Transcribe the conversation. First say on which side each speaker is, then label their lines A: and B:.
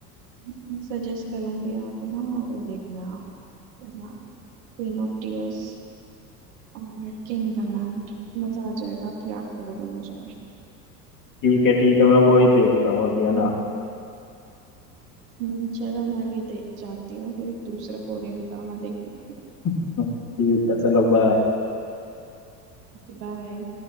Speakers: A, on the right; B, on the left.
A: <laughs> सजेस्ट करूंगी आप ना वो देखना हाँ क्वीन ऑफ टीयर्स और किंग द लैंड मजा आ जाएगा आप याद करोगे मुझे
B: ठीक है ठीक है मैं वो ही देखता हूँ अभी है ना
A: हम्म, चलो मैं भी देख जाती हूँ फिर दूसरा कोरियन ड्रामा देखने
B: <laughs> ठीक है चलो बाय
A: बाय